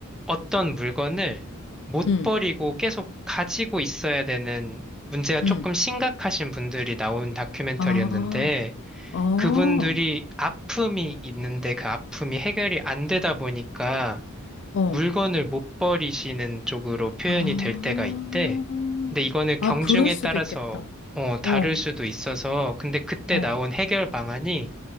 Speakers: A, in the centre; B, on the left.
A: 어떤 물건을 못
B: 응,
A: 버리고 계속 가지고 있어야 되는 문제가 조금
B: 응.
A: 심각하신 분들이 나온 다큐멘터리였는데
B: 아, 어,
A: 그분들이 아픔이 있는데 그 아픔이 해결이 안 되다 보니까
B: 어.
A: 물건을 못 버리시는 쪽으로 표현이
B: 아,
A: 될 때가 있대. 근데 이거는 경중에
B: 아, 그럴 수도
A: 따라서
B: 있겠다.
A: 어, 다를
B: 어,
A: 수도 있어서 근데 그때
B: 어,
A: 나온 해결 방안이